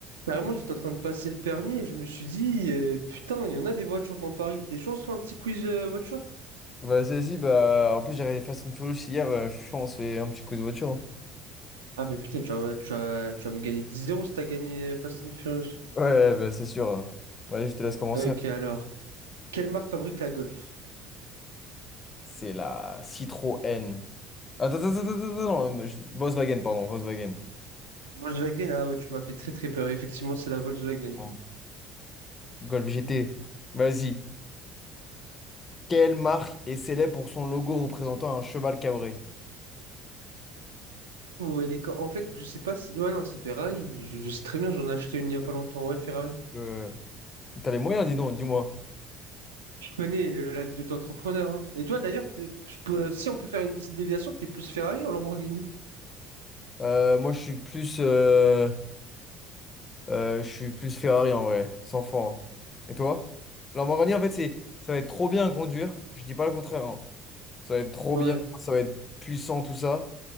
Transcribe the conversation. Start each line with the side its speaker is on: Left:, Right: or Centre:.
Right: Carrément, j'étais en train de passer le permis et je me suis dit, euh, putain, il y en a des voitures dans Paris. T'es chaud, on se fait un petit quiz euh, voiture?
Left: Bah, vas-y, bah, en plus, j'ai regardé Fast and Furious hier, euh, je pense qu'on se fait un petit coup de voiture. hein.
Right: Ah, mais putain, tu vas, tu vas, tu vas me gagner dix 0 si t'as gagné euh, Fast and Furious.
Left: Ouais, bah, c'est sûr. euh. Vas-y, je te laisse commencer.
Right: Ok,
Left: hein.
Right: alors, quelle marque fabrique la Golf?
Left: C'est la Citroën. Attends, attends, attends, attends, attends, non, je- Volkswagen, pardon, Volkswagen.
Right: Volkswagen, ah ouais, tu m'as fait très très peur. Effectivement, c'est la Volkswagen.
Left: Oh. Golf GT. Vas-y. Quelle marque est célèbre pour son logo représentant un cheval cabré?
Right: Ou elle est... co- En fait, je sais pas si. Ouais, non, c'est Ferrari. Je, je sais très bien, j'en ai acheté une il y a pas longtemps. Ouais, Ferrari.
Left: Euh, T'as les moyens, dis donc, dis-moi.
Right: Je connais le- la vie de ton entrepreneur. hein. Et toi, d'ailleurs, pe- pe- si on peut faire une petite déviation, t'es plus Ferrari ou Lamborghini?
Left: Euh, moi, je suis plus euh, Euh, je suis plus Ferrari en vrai, sans fond. Et toi? La Lamborghini, en fait, c'est, ça va être trop bien à conduire. Je dis pas le contraire, hein. Ça va être trop
Right: Ouais.
Left: bien, ça va être puissant, tout ça.